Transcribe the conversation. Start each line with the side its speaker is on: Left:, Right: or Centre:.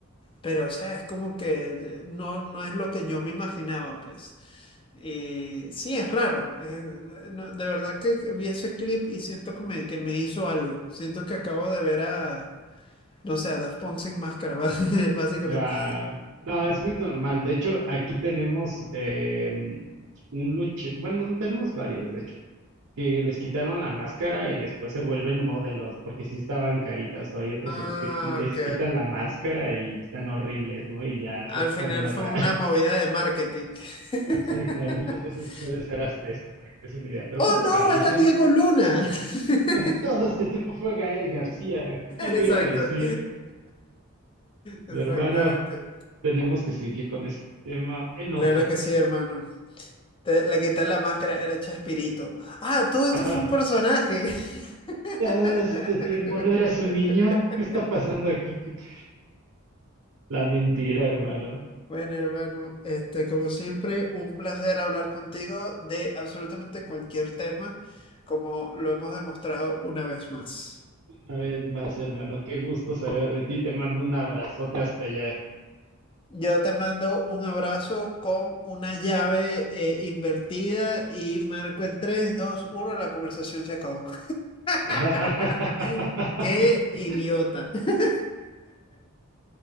Left: pero o sea, es como que no, no es lo que yo me imaginaba, pues. Y sí, es raro. eh, no, de verdad que vi ese clip y siento que me, que me hizo algo. Siento que acabo de ver a, no sé, a Daft Punk sin máscara, <laughs> básicamente.
Right: Guau. No, es muy normal. De hecho, aquí tenemos eh, un luche, bueno, no tenemos varios, de hecho, que les quitaron la máscara y después se vuelven modelos, porque sí estaban caritas, o hay otros
Left: Ah,
Right: a los que les
Left: ok.
Right: quitan la máscara y están horribles, ¿no? Y ya
Left: Al
Right: se
Left: final
Right: ponen otra.
Left: fue una movida de marketing. <laughs>
Right: Exacto, muchas veces puede ser hasta eso, para que es una idea. Pero
Left: ¡Oh,
Right: ¿qué te parece?
Left: no! Era Diego Luna. <laughs>
Right: <laughs> Todo este tiempo fue Gael García. ¿Quién
Left: Exacto.
Right: le iba a decir?
Left: Exactamente.
Right: Mi hermano, tenemos que seguir con este tema en otra
Left: Claro
Right: ocasión.
Left: que sí, hermano. Te- le quitas la máscara, era Chespirito. Ah, todo esto
Right: <laughs>
Left: fue un personaje. <laughs>
Right: Todo este tiempo no eras un niño. ¿Qué está pasando aquí? ¿Qué- qué- La mentira, hermano.
Left: Bueno, hermano, este, como siempre, un placer hablar contigo de absolutamente cualquier tema, como lo hemos demostrado una vez más.
Right: Una vez más, hermano, qué gusto saber de ti. Te mando un abrazote hasta allá.
Left: Yo te mando un abrazo con una llave eh, invertida y marco el tres dos uno la conversación se acabó.
Right: <laughs>
Left: <laughs> ¡Qué idiota! <laughs>